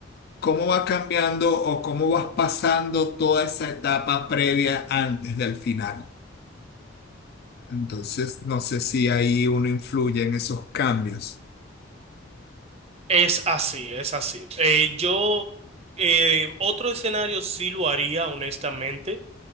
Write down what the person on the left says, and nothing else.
cómo va cambiando o cómo vas pasando toda esa etapa previa antes del final. Entonces, no sé si ahí uno influye en esos cambios.